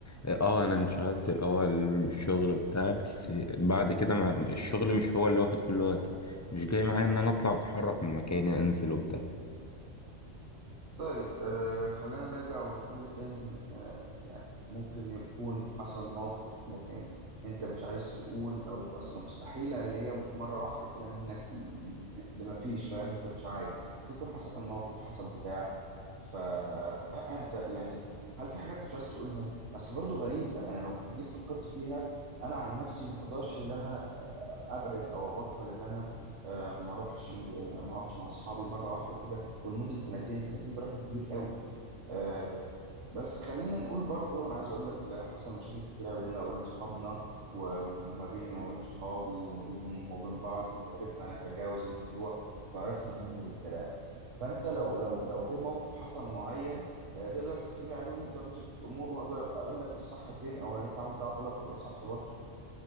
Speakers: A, on the left; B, on the right.
A: اه انا انشغلت الاول من الشغل وبتاع بس بعد كده ما الشغل مش هو اللي واخد كل وقتي مش جاي معايا ان انا اطلع واتحرك من مكاني انزل وبتاع
B: طيب آه خلينا نرجع ونقول إن آه يعني ممكن يكون حصل موقف لكن أنت مش عايز تقول أو أصلا مستحيلة اللي هي مرة واحدة كده منك ل- لما فيش فاهم أنت مش عايز ممكن يكون حصل موقف حصل بتاع فأنت <clears throat> يعني هل في حاجات أنت مش عايز تقولها؟ أصل برضو غريب يعني أنا لو جيت فكرت فيها أنا عن نفسي ما أقدرش إن أنا آه، أبعد أو أبطل إن أنا آه، ما أروحش آه، ما أقعدش مع أصحابي مرة واحدة كده ولمده سنتين سنتين ده رقم كبير قوي آه بس خلينا نقول برضو انا عايز اقول لك لا حصل مشاكل كتيره بيننا وبين صحابنا و- وما بيني وما بين صحابي وما بينهم وما بين بعض وعرفنا نتجاوز الموضوع وعرفنا نهندل الكلام فانت لو لو لو في موقف حصل معين آه تقدر تحكي لي عليه ونقدر نظبط الامور واقدر اقول لك الصح فين او هل انت عملت ده غلط ولا صح برضو